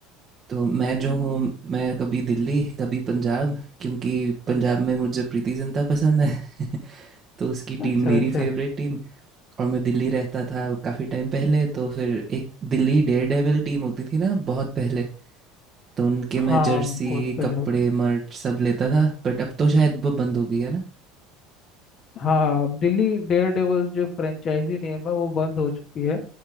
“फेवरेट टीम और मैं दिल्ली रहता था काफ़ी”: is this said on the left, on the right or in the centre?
Right